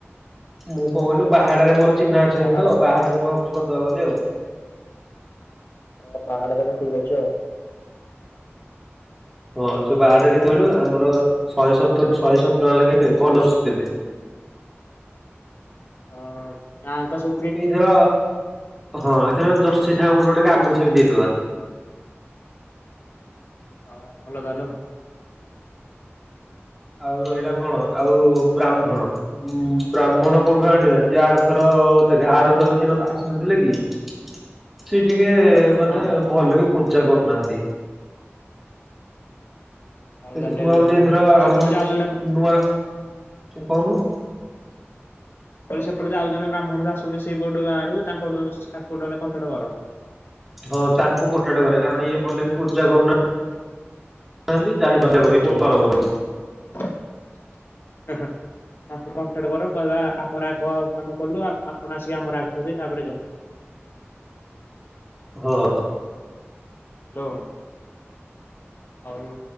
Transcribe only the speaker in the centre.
ମୁଁ କଣ କହିଲୁ ବାହାଡରେ ମୋର ଚିହ୍ନା ଅଛନ୍ତି
ତ ବାହାଡରେ ମୁଁ ଭାବୁଛି କରିଦେବା ବୋଲି ଆଉ
ହଁ ସେ ବାହାଟା କେତେ କହିଲୁ ଆମର ଶହେ ସତ ଶହେ ସତର ଟଙ୍କା ଲବେ ଭଲ ସେ ଦେବେ।
ଏଇଥର ହଁ ଏଥର ଜଶୀ ସାଙ୍ଗରେ ଗୋଟେ ଗୋଟେ ଗାମୁଛା ବି ଦେଇଦବା।
ଆଉ ରହିଲା କଣ ଆଉ ବ୍ରାହ୍ମଣ ଉଁ ବ୍ରାହ୍ମଣ କୋଉଠୁ ଆଣିବା ଯେ ଆରଥର ଦେଖେ ଆରଥର ଯେ ଆସିନଥିଲେ କି? ସେ ଟିକେ ମାନେ
ଭଲ କି ପୂଜା କରୁନାହାନ୍ତି।
ମୁଁ ଭାବୁଛି ଏଥର ଆମ
ନୂଆ କହୁନୁ?
ହଁ ତାଙ୍କୁ କଣ୍ଟାକ୍ଟ କରେ କାରଣ ଇଏ ଭଲ କି ପୂଜା କରୁନା
କରୁନାହାନ୍ତି <inaudible> କରି ତରବର।
ହଁ।